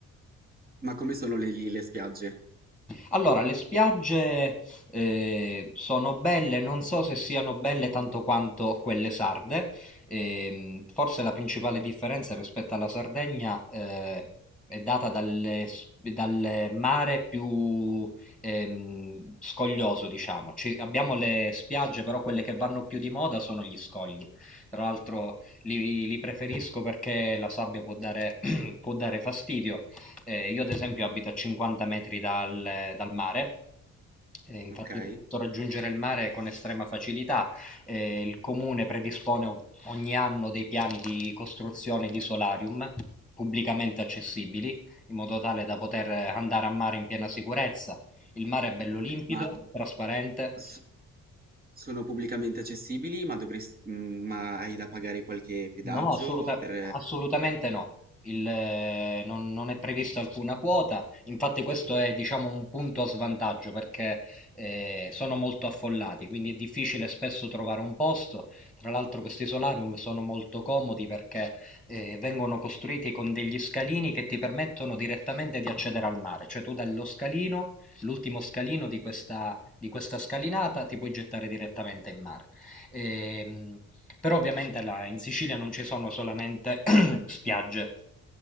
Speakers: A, on the right; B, in the centre.
A: Ma come sono le lì le spiagge?
B: Allora, le spiagge eh, sono belle, non so se siano belle tanto quanto quelle sarde. Ehm, forse la principale differenza rispetto alla Sardegna eh, è data dalle s- dal mare più ehm, scoglioso, diciamo. Ci- abbiamo le spiagge, però quelle che vanno più di moda sono gli scogli. Tra l'altro li, li preferisco perché la sabbia può dare, <clears throat> può dare fastidio. Eh, io ad esempio abito a 50 metri dal, dal mare, e infatti
A: Okay.
B: posso raggiungere il mare con estrema facilità. Eh, il comune predispone o- ogni anno dei piani di costruzione di solarium pubblicamente accessibili, in modo tale da poter andare a mare in piena sicurezza. Il mare è bello limpido,
A: Ma
B: trasparente,
A: s sono pubblicamente accessibili? Ma dovres mhmm, ma hai da pagare qualche pedaggio
B: No, assoluta-
A: per
B: assolutamente no. Il, eh, non, non è prevista alcuna quota, infatti questo è, diciamo, un punto a svantaggio perché eh, sono molto affollati, quindi è difficile spesso trovare un posto. Tra l'altro questi solarium sono molto comodi perché eh, vengono costruiti con degli scalini che ti permettono direttamente di accedere al mare, cioè tu dallo scalino, l'ultimo scalino di questa, di questa scalinata, ti puoi gettare direttamente in mare. Ehm, però ovviamente là in Sicilia non ci sono solamente <clears throat> spiagge,